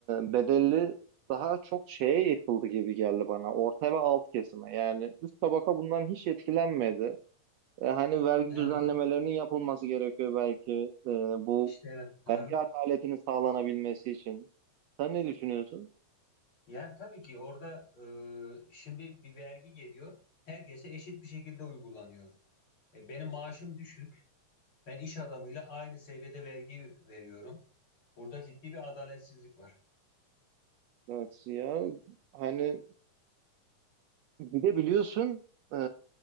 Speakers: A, on the right (about 75°); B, on the left (about 45°).
A: e, bedeli daha çok şeye yıkıldı gibi geldi bana. Orta ve alt kesime yani üst tabaka bundan hiç etkilenmedi. E, hani vergi
B: Evet,
A: düzenlemelerinin yapılması gerekiyor belki e, bu
B: işte evet. Aha.
A: vergi adaletinin sağlanabilmesi için. Sen ne düşünüyorsun?
B: Yani tabii ki orada e, şimdi bir vergi geliyor. Herkese eşit bir şekilde uygulanıyor. E, benim maaşım düşük. Ben iş adamıyla aynı seviyede vergi veriyorum. Burada ciddi bir adaletsizlik var.
A: Evet ya? Hani bir de biliyorsun e,